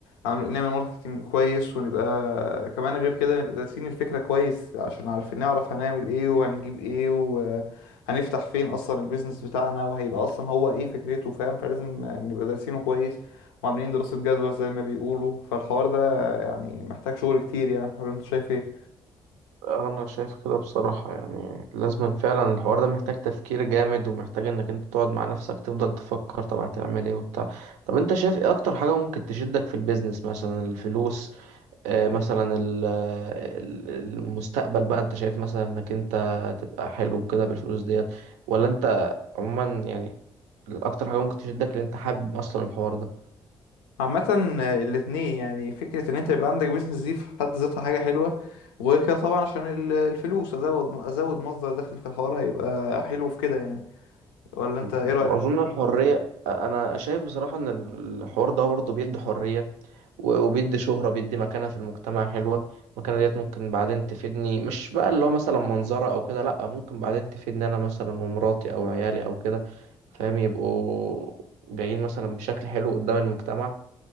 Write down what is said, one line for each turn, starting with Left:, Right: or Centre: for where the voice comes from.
Left: عامل نعمل ماركتنج كويس ونبقى كمان غير كده نبقى دارسين الفكرة كويس عشان عارفين نعرف هنعمل ايه وهنجيب ايه وهنفتح فين اصلا البيزنس بتاعنا وهيبقى اصلا هو ايه فكرته فاهم فلازم نبقى دارسينه كويس وعاملين دراسة جدوى زي ما بيقولوا فالحوار ده يعني محتاج شغل كتير يعني ولا انت شايف ايه
Right: انا شايف كده بصراحة يعني لازم فعلا الحوار ده محتاج تفكير جامد ومحتاج انك انت تقعد مع نفسك تفضل تفكر طب هتعمل ايه وبتاع طب انت شايف ايه اكتر حاجة ممكن تشدك في البيزنس مثلا الفلوس آه مثلا ال- آه، ال- المستقبل بقى انت شايف مثلا انك انت تبقى حلو كده بالفلوس ديت ولا انت عموما يعني اكتر حاجة ممكن تشدك اللي انت حابب اصلا الحوار ده
Left: عامة آه، الاتنين يعني فكرة ان انت يبقى عندك بيزنس دي في حد ذاتها حاجة حلوة وغير كده طبعا عشان ال- الفلوس ازود ازود مصدر دخل في الحوار هيبقى حلو في كده يعني ولا انت ايه
Right: واظن
Left: رأيك؟
Right: الحريه انا شايف بصراحه ان الحوار ده برضه بيدي حريه و- وبيدي شهره بيدي مكانه في المجتمع حلوه المكانه ديت ممكن بعدين تفيدني مش بقى اللي هو مثلا منظره او كده لا ممكن بعدين تفيدني انا مثلا ومراتي او عيالي او كده فاهم يبقوا جايين مثلا بشكل حلو قدام المجتمع